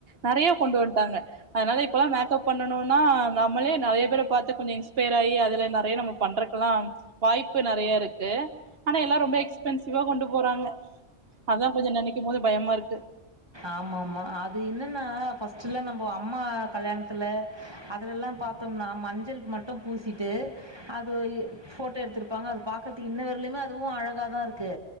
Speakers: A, on the right; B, on the right.
A: நெறைய கொண்டு வன்ட்டாங்க அதனால இப்பல்லா மேக்கப் பண்ணணுனா நம்மளே நெறைய பேர பாத்து கொஞ்சொ இன்ஸ்பயர் ஆயி அதுல நெறைய நம்ம பண்றக்குலா வாய்ப்பு நெறைய இருக்கு ஆனா எல்லார் ரொம்ப எக்ஸ்பென்சிவா கொண்டு போறாங்க அதா கொஞ்ச நெனைக்கு போது பயமா இருக்கு
B: ஆமாமா அது என்னன்னா ஃபஸ்ட்டுலா நம்போ அம்மா கல்யாணத்துல அதுலல்லா பா தோனா மஞ்சள் மட்டு பூசிட்டு அது ஃபோட்டோ எடுத்துருப்பாங்க அது பாக்கறதுக் இன்ன வர்லயுமே அதுவு அழகாதா இருக் கு